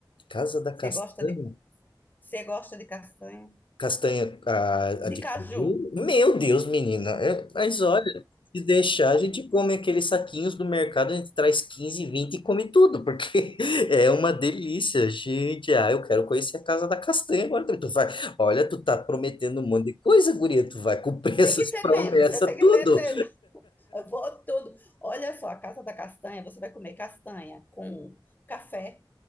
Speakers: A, on the left (about 75°); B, on the left (about 20°).
A: Casa da
B: Você
A: Castanha?
B: gosta de, você gosta de castanha?
A: Castanha, a,
B: De
A: a de
B: caju.
A: caju. Meu Deus, menina. É, mas olha, se deixar, a gente come aqueles saquinhos do mercado, a gente traz 15, 20 e come tudo, porque <laughs> é uma delícia. Gente, ah, eu quero conhecer a casa da castanha agora. também. Tu vai, olha, tu tá prometendo um monte de coisa, guria. Tu vai cumprir <laughs> essas
B: Tem que ter
A: promessas,
B: tempo, você tem que
A: tudo.
B: ter tempo. Eu vou tudo. Olha só, a Casa da Castanha, você vai comer castanha com café,